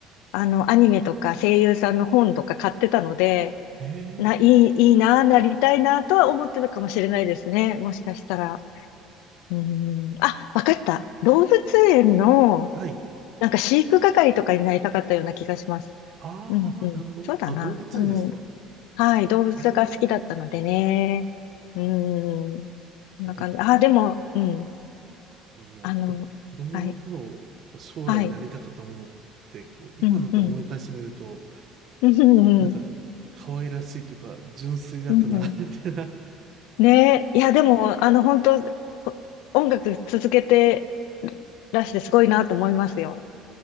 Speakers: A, on the left; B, on the right.
A: あの、アニメとか声優さんの本とか買ってたので、
B: ええ、
A: な、いい、いいな、なりたいな、とは思ってたかもしれないですね。もしかしたら。うーん。あ、わかった。動物園の、
B: はい。
A: なんか飼育係とかになりたかったような気がします。
B: ああ、
A: うん、うん。
B: なるほど。
A: そうだな。
B: あ、動物園ですか。
A: うん。はい。動物が好きだったのでね。
B: ええ、い
A: うん。こんな感じ。
B: や、なんか、
A: あ、でも、うん。
B: あの、
A: あの、
B: こ、子供の頃、
A: はい。
B: こう将来になりたかったものって、
A: はい。
B: こう、今になって思い返してみると、
A: うん、うん。うん、
B: なんか、
A: うん。
B: 可愛らしいというか、純粋だったな、
A: うん
B: みたいな。
A: ねえ、いや、でも、あの、本当、こ音楽続けてらしてすごいなと思いますよ。